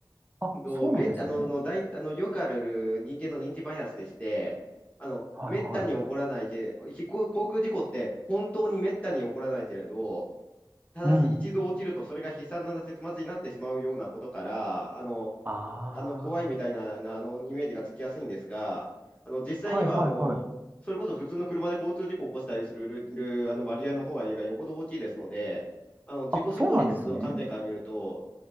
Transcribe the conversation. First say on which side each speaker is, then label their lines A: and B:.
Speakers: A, on the right; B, on the left.
A: あ、
B: どうめ、
A: そうなんですね。
B: あの、の大あの、よくある人間の認知バイアスでして、あの、
A: はいはい。
B: めったに起こらないけ、飛行、航空事故って本当にめったに起こらないけれど、ただし一度起きるとそれが悲惨な結末になってしまうようなことから、
A: うん。
B: あの、
A: あ
B: あの怖いみたいな、なあのイメージがつきやすいんですが、あの実際にはあのそれこそ普通の車で交通事故を起こしたりするるるあの割合の方がよほど大きいですので、
A: あ、はいはいはい。
B: あの自己死亡率の観点から見ると、
A: あ、そうなんですね。